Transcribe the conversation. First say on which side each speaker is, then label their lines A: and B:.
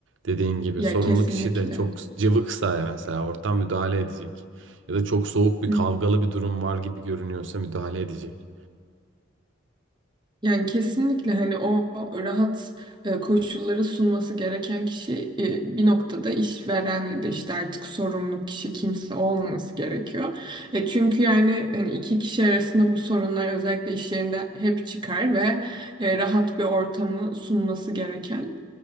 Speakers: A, on the right (about 70°); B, on the right (about 25°).
A: Dediğin gibi
B: ya
A: sorumlu
B: kesinlikle.
A: kişi de çok cıvıksa mesela ortam müdahale edecek. Ya da çok soğuk bir
B: Hı
A: kavgalı
B: hı.
A: bir durum var gibi görünüyorsa müdahale edecek.
B: Yani kesinlikle hani o rahat e, koşulları sunması gereken kişi e, bir noktada işveren ya da işte artık sorumlu kişi kimse olması gerekiyor. E, çünkü yani hani iki kişi arasında bu sorunlar özellikle iş yerinde hep çıkar ve e, rahat bir ortamı sunması gereken.